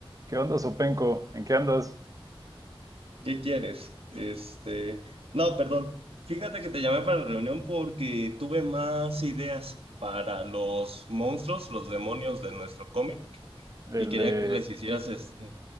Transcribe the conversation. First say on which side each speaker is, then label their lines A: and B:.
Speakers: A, on the right; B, on the right.
A: ¿Qué onda, Sopenco? ¿En qué andas?
B: ¿Qué quieres? Este, no, perdón. Fíjate que te llamé para la reunión porque tuve más ideas para los monstruos, los demonios de nuestro cómic,
A: ¿El
B: y quería
A: de...
B: que les hicieras este.